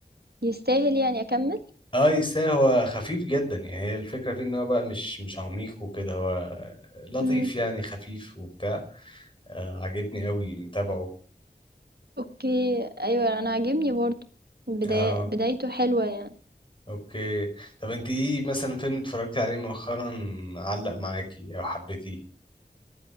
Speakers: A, on the right; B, on the left.
A: يستاهل يعني أكمّل؟
B: اه يستاهل هو خفيف جدا يعني هي الفكرة فيه ان هو بقى مش مش عميق وكده هو لطيف
A: إمم.
B: يعني خفيف وبتاع آه عجبني قوي متابعه
A: اوكي ايوه انا عاجبني برضو بداية
B: اه
A: بدايته حلوة يعني
B: اوكي طب انت ايه مثلا فيلم اتفرجتي عليه مؤخرا علق معاكي او حبيتيه